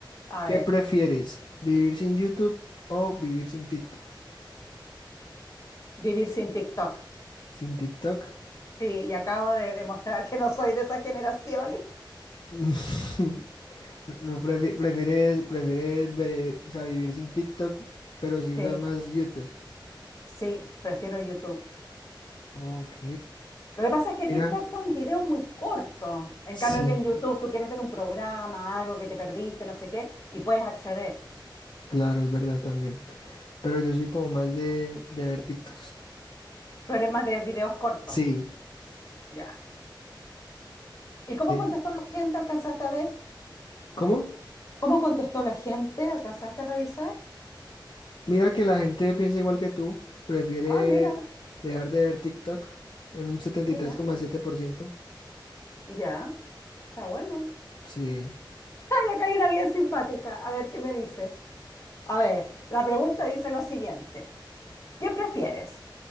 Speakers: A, on the left (about 35°); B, on the left (about 60°).
A: a
B: ¿Qué
A: ver.
B: prefieres? ¿Vivir sin YouTube o vivir sin TikTok?
A: Vivir sin TikTok.
B: ¿Sin TikTok?
A: Sí, y acabo de demostrar que no soy de esa generación.
B: <laughs> No, prefi- prefieres, prefieres ve- o sea, vivir sin TikTok, pero si usas
A: Sí.
B: más YouTube.
A: Sí, prefiero YouTube.
B: Ok.
A: Lo que pasa es que
B: Mira,
A: TikTok son videos muy cortos. En
B: sí,
A: cambio que en YouTube tú quieres ver un programa, algo que te perdiste, no sé qué, y puedes acceder.
B: claro, es verdad también. Pero yo soy como más de, de ver TikToks.
A: Tú eres más de videos cortos.
B: Sí,
A: Ya. ¿Y cómo
B: En-
A: contestó la gente? ¿Alcanzaste a ver?
B: ¿Cómo?
A: ¿Cómo contestó la gente? ¿Alcanzaste a revisar?
B: Mira que la gente piensa igual que tú, prefiere
A: Ah, mira,
B: dejar de ver TikTok en un setenta
A: mira.
B: y tres coma siete por ciento.
A: Ya, está bueno.
B: Sí,
A: Ay, acá hay una bien simpática. A ver, ¿qué me dices? A ver, la pregunta dice lo siguiente. ¿Qué prefieres?